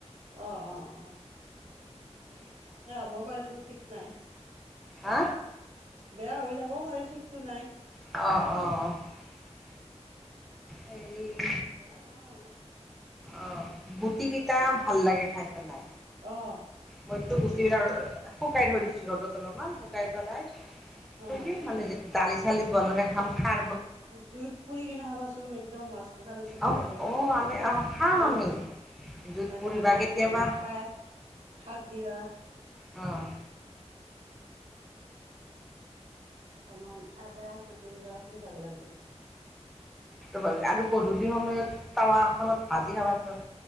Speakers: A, on the right; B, in the centre.
A: অ', অ', অ', হ'ব পাৰেতো ঠিক নাই।
B: হা
A: বিয়া হৈ যাবও পাৰে ঠিকতো নাই
B: অঁ অঁ অ হেৰি
A: বেয়া নহয়
B: অ গুটি কেইটা ভাল লাগে খাই পেলাই
A: অ
B: মইতো
A: ভাল লাগে
B: গুটি বিলাক আৰু শুকাই থৈ দিছিলো ৰ'দত অলপমান শুকাই পেলাই
A: অ
B: থৈ দিম দালি চালিত বনাই খাম খাৰ
A: জুইত পুৰি কেনে খাবাচোন একদম মাছ পুৰা নিচিনা
B: অঁ
A: লাগে
B: অঁ আমি অঁ খাওঁ
A: অ',
B: আমি জুইত
A: তাত
B: পুৰি
A: অকমান
B: বা কেতিয়াবা
A: হেৰি খাই খাৰ দিবা।
B: অ',
A: অকমান আদা চকি দিবা কি ভাল লাগে।
B: ত' আৰু গধূলি সময়ত টাৱাখনত ভাজি খাবাচোন।